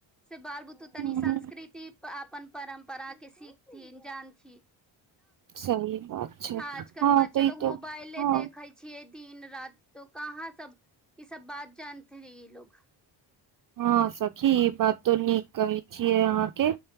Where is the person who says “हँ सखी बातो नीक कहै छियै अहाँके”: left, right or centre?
Right